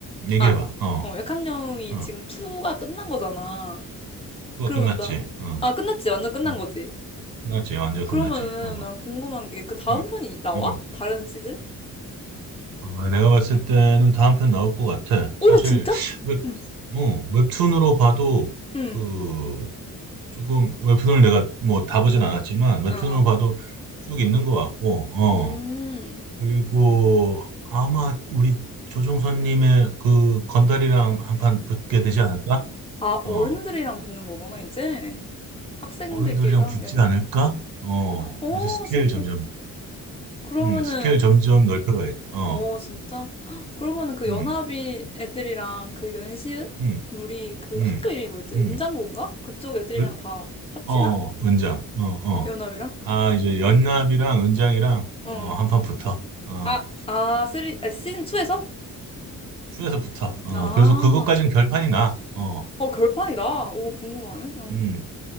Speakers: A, on the right (about 80°); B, on the left (about 15°).
A: 얘기해봐.
B: 아,
A: 어,
B: 어, 약학령이
A: 어,
B: 지금 2가 끝난 거잖아.
A: 그거
B: 그러면
A: 끝났지.
B: 나,
A: 어,
B: 아, 끝났지. 완전 끝난
A: 어,
B: 거지.
A: 끝났지. 완전
B: 그러면은
A: 끝났지. 어,
B: 난 궁금한 게 그 다음
A: 어,
B: 편이 나와?
A: 어.
B: 다른 시즌?
A: 아, 내가 봤을 때는 다음 편 나올 것 같아.
B: 오,
A: 사실
B: 진짜?
A: 웹,
B: 응,
A: 어, 웹툰으로 봐도
B: 응.
A: 그 조금 웹툰을 내가 뭐 다 보진 않았지만 웹툰으로
B: 어, 어.
A: 봐도 쭉 있는 것 같고, 어,
B: 음.
A: 그리고 아마 우리 조종선님의 그 건달이랑 한 판 붙게 되지 않을까?
B: 아,
A: 어.
B: 어른들이랑 붙는 거구나, 이제. 학생들끼리
A: 어른들이랑
B: 싸우는
A: 붙진
B: 게 아니라.
A: 않을까? 어,
B: 오,
A: 이제 스케일
B: 진짜.
A: 점점,
B: 그러면은,
A: 음, 스케일 점점 넓혀가야지. 어,
B: 오, 진짜. 헉, 그러면은 그 연합인
A: 음,
B: 애들이랑 그 연시은?
A: 음,
B: 우리 그
A: 음,
B: 학교 이름이 뭐였지?
A: 음,
B: 은장고인가? 그쪽 애들이랑
A: 으-
B: 다 합치나?
A: 어, 은장, 어, 어.
B: 연합이랑?
A: 아, 이제 연납이랑 은장이랑,
B: 응.
A: 어, 한판 붙어. 어,
B: 아, 아, 쓰리, 아, 시즌 2에서?
A: 투에서 붙어. 어,
B: 아,
A: 그래서 그것까진 결판이 나. 어,
B: 어, 결판이다. 오, 궁금하네. 어.
A: 음.